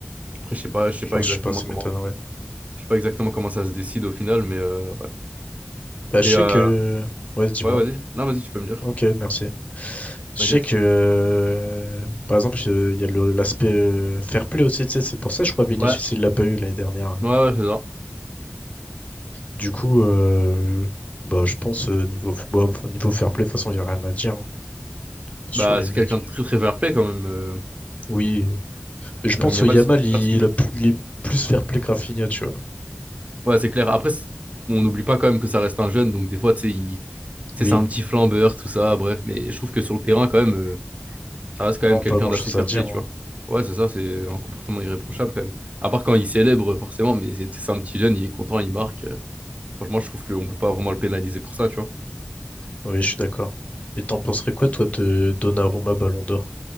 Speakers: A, on the right; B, on the left.
A: Après, je sais pas, je sais
B: Genre,
A: pas exactement
B: je sais pas, ça
A: comment,
B: m'étonnerait.
A: je sais pas exactement comment ça se décide au final, mais euh, ouais.
B: Bah, je
A: Et euh,
B: sais que... Ouais, dis-moi.
A: ouais, vas-y. Non, vas-y, tu peux me dire.
B: Ok, merci. Je
A: T'inquiète.
B: sais que, euh, par exemple, euh, il y a le- l'aspect euh, fair play aussi, tu sais, c'est pour ça, je crois, Vinicius,
A: Ouais,
B: il l'a pas eu l'année dernière.
A: ouais, ouais, c'est ça.
B: Du coup, euh, bah, je pense, euh, niveau, f- bah, f- niveau fair play, de toute façon, il n'y a rien à dire hein, sur
A: Bah,
B: les
A: c'est
B: mecs.
A: quelqu'un de très très fair-play quand même. euh,
B: Oui, euh, mais je pense
A: Lamine Yamal,
B: que Yamal,
A: c'est super
B: il,
A: ce qu'il
B: il
A: veut.
B: a plus, il est plus fair play que Rafinha, tu vois.
A: Ouais, c'est clair. Après, c'est- on n'oublie pas quand même que ça reste un jeune, donc des fois, tu sais, il... tu sais,
B: Oui,
A: c'est un petit flambeur, tout ça, bref. Mais je trouve que sur le terrain, quand même, euh, ça reste
B: non,
A: quand même quelqu'un
B: pas grand-chose
A: d'assez fair-play,
B: à dire.
A: tu
B: hein.
A: vois. Ouais, c'est ça, c'est un comportement irréprochable quand même. À part quand il célèbre, forcément, mais c'est c'est un petit jeune, il est content, il marque. euh, Franchement, je trouve qu'on peut pas vraiment le pénaliser pour ça, tu vois.
B: Oui, je suis d'accord. Et t'en penserais quoi, toi, de Donnarumma Ballon d'Or?